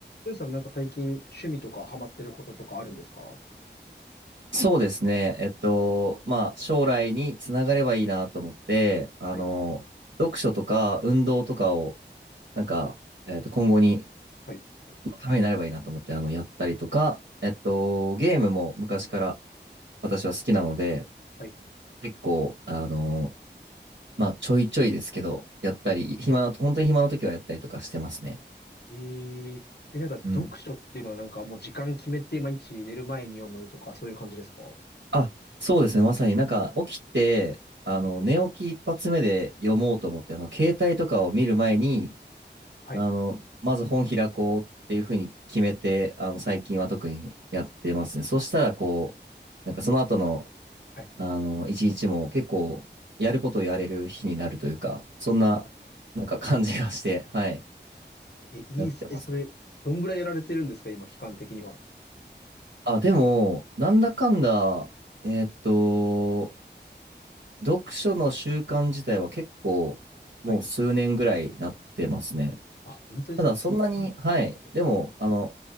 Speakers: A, on the left (about 65°); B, on the right (about 85°).
A: ゆうさんなんか最近趣味とかハマってることとかあるんですか
B: そうですね。えっと、まあ、将来につながればいいなと思って、あの、
A: はい、
B: 読書とか運動とかを、なんか、えっと、今後に、
A: はい、はい、
B: のためになればいいなと思って、あの、やったりとか、えっと、ゲームも昔から私は好きなので、
A: はい。
B: 結構、あの、まあ、ちょいちょいですけど、やったり、暇な、本当に暇な時はやったりとかしてますね。
A: えー、え、なんか読書っていうのはなんかもう時間決めて毎日寝る前に読むとかそういう感じですかは
B: うん。あ、そうですね。まさになんか起きて、あの、
A: い、
B: 寝起き一発目で読もうと思って、あの、携帯とかを見る前に、
A: はい、
B: あの、まず本開こうっていうふうに決めて、あの、最近は特にやってますね。そしたら、こう、なんかその後の、
A: はい。
B: あの、一日も結構、やることをやれる日になるというか、そんな、
A: なるほど
B: なんか感じがして、はい、
A: え、いいっす。
B: やってます。
A: え、それ、どんぐらいやられてるんですか今、期間的には。
B: あ、でも、なんだかんだ、えーっと、読書の習慣自体は結構もう数年ぐらいなってますね。
A: はい。あ、本当ですかすごいっすね。
B: ただそんなに、はい。でも、あの、